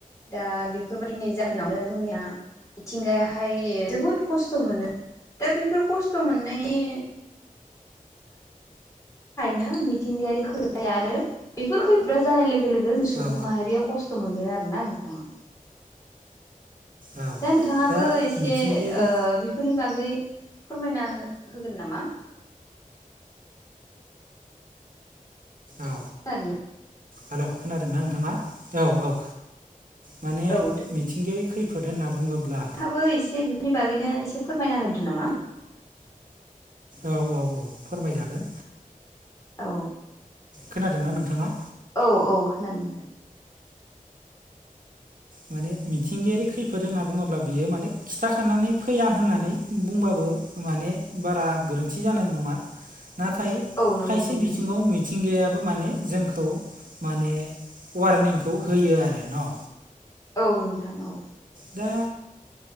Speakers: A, on the left; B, on the right.
A: दा बि बेफोरबायदिनि जाहोनावनो जोंनिया मिथिंगायाहाय जोबोद खस्थ' खस्थ' मोनो दा बेफोर खस्थ' मोननायनि नो मिथिंगायारि खै आरो बेफोर खैदा जानाय लोगो लोगो जों सुबुं
B: औ
A: माहारिया खस्थ' खस्थ' मोनो आर ना नोंथाङा
B: औ
A: दा नोंथाङाबो
B: दा
A: एसे
B: मिथिंगायारि
A: ओ बेफोरनि बागै फोरमायना होगोन नामा
B: औ
A: <unintelligible>
B: हेलौ खोनादोंना नोंथाङा औ औ माने
A: औ
B: मिथिंगायारि खैफोद होनना बुङोब्ला
A: फोराबो एसे नि बागैनो एसे फोरमायना होदो नामा।
B: औ औ औ फोरमायजागोन।
A: औ।
B: खोनादोंना नोंथाङा।
A: औ औ खोनादों।
B: माने मिथिंगायारि खैफोद होनना बुङोब्ला बियो माने खिथाखानानै फैया होननानै बुंबाबो माने बारा गोरोन्थि जानाय नङा नाथाय
A: औ नंगौ
B: खायसे
A: नोंथां
B: बिथिङाव
A: नंगौ
B: मिथिंगायाबो माने जोंखौ माने वारनिंखौ होयो आरो न'
A: औ नोंथां औ
B: दा